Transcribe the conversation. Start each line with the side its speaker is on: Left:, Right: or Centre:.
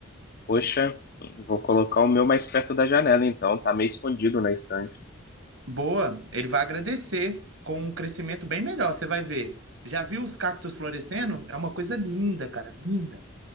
Left: Poxa, vou colocar o meu mais perto da janela, então. Tá meio escondido na estante.
Right: Boa, ele vai agradecer com um crescimento bem melhor, você vai ver. Já viu os cactos florescendo? É uma coisa linda, cara, linda.